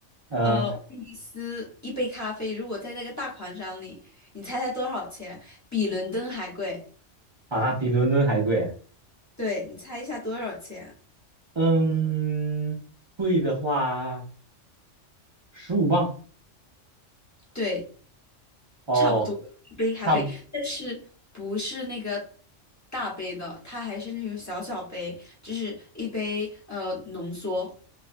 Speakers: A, on the right (about 45°); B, on the left (about 15°).
A: 呃，
B: 呃，威尼斯一杯咖啡如果在那个大广场里，你猜猜多少钱？比伦敦还贵。
A: 啊，比伦敦还贵，
B: 对，你猜一下多少钱？
A: 嗯，贵的话十五磅，
B: 对，
A: 哦，
B: 差不多一杯咖啡，
A: 差不，
B: 但是不是那个大杯的，它还是那种小小杯，就是一杯呃浓缩。